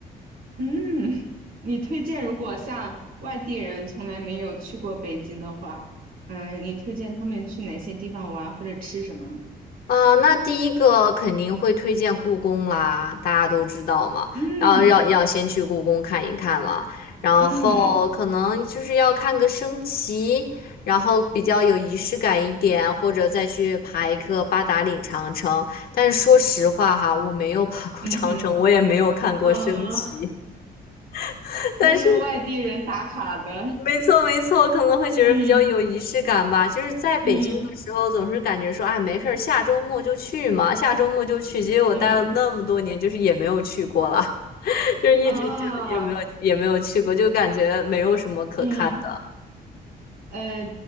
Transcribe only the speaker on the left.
啊、那第一个肯定会推荐故宫啦，大家都知道嘛。
然后要要先去故宫看一看了，然后可能就是要看个升旗，
然后比较有仪式感一点，或者再去爬一个八达岭长城。但是说实话哈，我没有爬过长城，
我也没有看过升旗，
<laughs>
但是没错，没错，可能会觉得比较有仪式感吧。
就是在北京的时候，
总是感觉说，哎，没事儿，下周末就去嘛，下周末就去。结果我待了那么多年，
就是也没有去过了，<laughs> 就是一直就也没有也没有去过，
就感觉没有什么可看的。